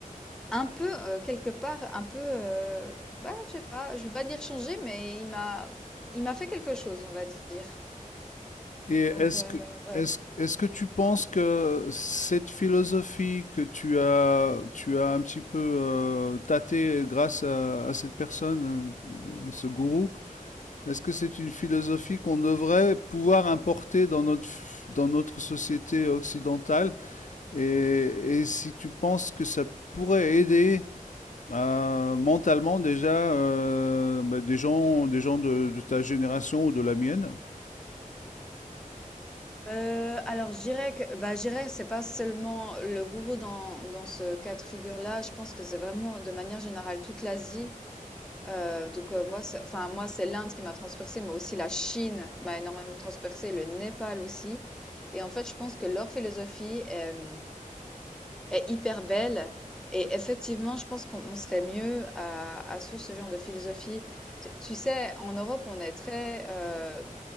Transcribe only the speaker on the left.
Et est-ce
que,
est-ce, est-ce que tu penses que cette philosophie que tu as, tu as un petit peu euh, tâtée grâce à, à cette personne, euh, ce gourou, est-ce que c'est une philosophie qu'on devrait pouvoir importer dans notre, f- dans notre société occidentale? Et, et si tu penses que ça pourrait aider euh, mentalement déjà euh, bah, des gens, des gens de, de ta génération ou de la mienne?